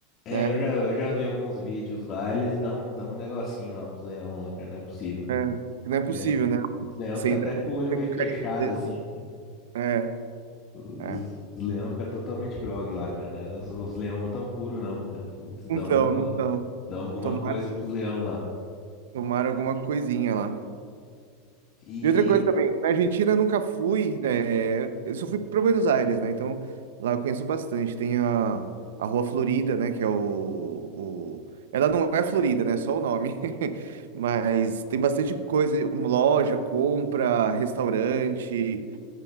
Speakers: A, on the left; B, on the right.
A: É,
B: né?
A: eu já, eu já vi alguns vídeos lá, eles dão, dão um negocinho lá pros leão lá, cara, não é possível.
B: É, não é possível,
A: É,
B: né?
A: Os leão
B: Sem
A: ficam
B: entrar
A: até com o olho
B: pelo
A: meio fechado,
B: carinho do leão.
A: assim.
B: É,
A: Os,
B: é.
A: os leão ficam totalmente grogue lá, cara, né? Os, os leão não tão puro, não, cara. Eles dão
B: Não estão,
A: alguma,
B: não estão.
A: dão alguma
B: Tomaram,
A: coisa pros leão lá.
B: tomaram alguma coisinha lá.
A: E,
B: E outra coisa também, na Argentina eu nunca fui, né, eu só fui para Buenos Aires, né? Então lá eu conheço bastante. Tem a, a Rua Florida, né? Que é o, o- Ela não é Florida, né? Só o nome. <laughs> Mas tem bastante coisa, uma loja, compra, restaurante.